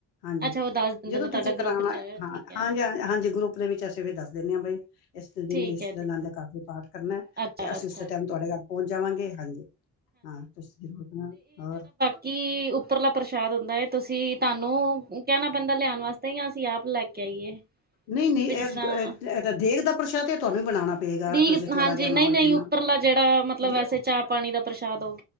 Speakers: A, on the left; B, on the right.
A: ਹਾਂਜੀ
B: ਅੱਛਾ ਉਹ ਦੱਸ ਦਿੰਦੇ
A: ਜਦੋਂ
B: ਨੇ ਤੁਹਾਡਾ
A: ਤੁਸੀਂ ਕਰਾਉਣਾ
B: ਗਰੁੱਪ ਚ
A: ਹੋਯਾ ਹਾਂ
B: ਠੀਕ ਹੈ
A: ਹਾਂਜੀ ਹਾਂਜੀ, ਗਰੁੱਪ ਦੇ ਵਿੱਚ ਅਸੀਂ ਵੀ ਦੱਸ ਦਿੰਦੇ ਹਾਂ ਬਾਈ ਇਸ ਦਿਨ
B: ਠੀਕ
A: ਇਸ
B: ਹੈ
A: ਦੇ
B: ਜੀ
A: ਨਾਮ ਦਾ ਪਾਠ ਕਰਨਾ,
B: ਅੱਛਾ
A: ਤੇ ਅਸੀਂ
B: ਅੱਛਾ
A: ਉਸੇ ਟਾਈਮ ਤੁਹਾਡੇ ਘਰ ਪਹੁੰਚ ਜਾਵਾਂਗੇ ਹਾਂਜੀ ਹਾਂ ਤੁਸੀ ਜ਼ਰੂਰ ਹੋਰ
B: ਕੀ ਉੱਪਰਲਾ ਪ੍ਰਸ਼ਾਦ ਹੁੰਦਾ ਹੈ, ਤੁਸੀਂ ਤੁਹਾਨੂੰ ਕਹਿਣਾ ਪੈਂਦਾ ਲਿਆਉਣ ਵਾਸਤੇ ਨਹੀ, ਅਸੀਂ ਆਪ ਲੈ ਕੇ ਆਈਏ
A: ਨਹੀਂ ਨਹੀਂ
B: ਵੀ
A: ਇਹ
B: ਜਿਸ ਤਰ੍ਹਾਂ
A: ਇਹ ਦੇਗ ਦਾ ਪ੍ਰਸ਼ਾਦ ਇਹ ਤੁਹਾਨੂੰ ਬਣਾਉਣਾ ਪਏਗਾ
B: ਠੀਕ,
A: ਤੁਸੀਂ ਥੋੜਾ
B: ਹਾਂਜੀ
A: ਜਿਹਾ ਬਣਾਓ
B: ਨਹੀਂ ਨਹੀਂ,
A: ਜਿੰਨਾ
B: ਉੱਪਰਲਾ ਜਿਹੜਾ ਮਤਲਬ
A: ਜੇ
B: ਵੈਸੇ ਚਾਹ ਪਾਣੀ ਦਾ ਪ੍ਰਸ਼ਾਦ ਔ